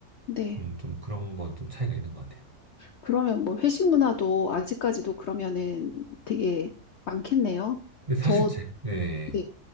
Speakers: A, on the left; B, on the right.
A: 네.
B: 좀, 좀 그런 건 좀 차이가 있는 것 같아요.
A: 그러면 뭐 회식 문화도 아직까지도 그러면은 되게 많겠네요.
B: 근데 사실
A: 저,
B: 제, 네,
A: 네,